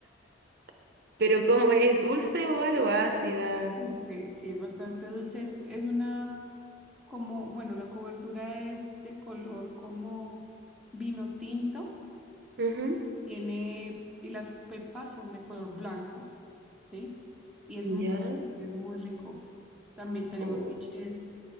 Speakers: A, on the right; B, in the centre.
A: <laughs> Pero como es dulce o algo ácida.
B: Dulce, sí, es bastante dulce. Es, es una como, bueno, la cobertura es de color como vino tinto.
A: Ujú.
B: Tiene, y las pepas son de color blanco, ¿sí? Y es muy,
A: Ya.
B: es muy rico. También tenemos
A: Oh,
B: liches.